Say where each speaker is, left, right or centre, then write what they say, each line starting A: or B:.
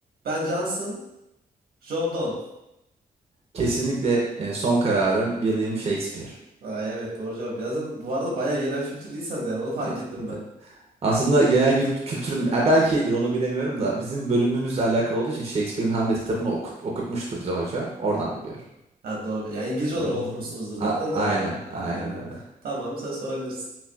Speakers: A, on the right; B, on the right.
A: Ben Jonson, John Donne.
B: Kesinlikle e, son kararım William Shakespeare.
A: Ha, evet doğru cevap. Ya sen bu arada bayağı genel kültür iyi sende yani onu fark
B: Ha.
A: ettim ben.
B: Aslında genel gül- kültürüm e, belki iyidir onu bilemiyorum da bizim bölümümüzle alakalı olduğu için Shakespeare'in Hamlet kitabını okut- okutmuştu bize hoca. Oradan
A: Hı.
B: biliyorum.
A: Ha doğru. Ya İngilizce
B: Hmm.
A: olarak okumuşsunuzdur zaten
B: A- aynen,
A: değil mi?
B: aynen
A: Aynen.
B: öyle.
A: Tamam sen sorabilirsin.